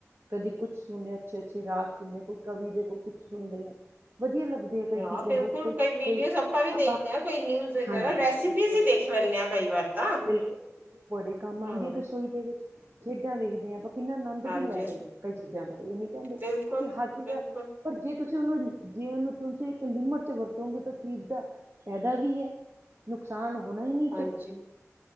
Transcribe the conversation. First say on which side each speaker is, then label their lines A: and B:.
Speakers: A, on the right (about 55°); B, on the right (about 35°).
A: ਕਦੀ ਕੁੱਛ ਸੁਣਦੇ ਅੱਛੇ ਅੱਛੇ ਰਾਗ ਸੁਣਦੇ ਕੋਈ ਕਵੀ ਦੇ ਕੋਈ ਕੁਛ ਸੁਣਦੇ ਆ ਵਧੀਆ ਲੱਗ ਤੇ ਕਈ
B: ਹਾਂ
A: ਚੀਜ਼ਾਂ
B: ਬਿਲਕੁਲ
A: ਬਹੁਤ ਕਈ
B: ਵੀਡੀਓਜ਼
A: ਕਈ
B: ਵੀ
A: ਆਪਾਂ
B: ਦੇਖਦੇ ਹਾਂ ਕਈ ਨਿਊਜ਼ ਵਗੈਰਾ
A: ਹਾਂਜੀ
B: ਰੈਸਿਪੀਜ਼
A: ਬਿਲਕੁਲ
B: ਹੀ ਦੇਖ ਲੈਂਦੇ ਹਾਂ ਕਈ ਵਾਰ ਤਾਂ
A: ਬਿਲਕੁਲ ਬੜੇ ਕੰਮ ਆਂਦੀ
B: ਹਮ
A: ਆ ਰਸੋਈ ਦੇ ਵਿੱਚ ਖੇਡਾਂ ਵੇਖਦੇ ਆਂ ਆਪਾਂ ਕਿੰਨਾ ਅਨੰਦ
B: ਹਾਂਜੀ
A: ਵੀ ਲੈਦੇ ਹਾਂ ਕਈ ਚੀਜ਼ਾਂ ਦਾ ਇਹ ਨੀ ਕਹਿੰਦੇ
B: ਬਿਲਕੁਲ
A: ਕਿ ਹਰ ਚੀਜ਼
B: ਬਿਲਕੁਲ
A: ਦਾ ਪਰ ਜੇ ਤੁਸੀਂ ਉਹਨੂੰ ਜੇ ਉਹਨੂੰ ਤੁਸੀਂ ਇਕ ਲਿਮਟ ਚ ਵਰਤੋਂਗੇ ਤ ਚੀਜ਼ ਦਾ ਫੈਦਾ ਵੀ ਹੈ ਨੁਕਸਾਨ ਹੋਣਾ ਹੀ ਨਹੀਂ
B: ਹਾਂਜੀ
A: ਫਿਰ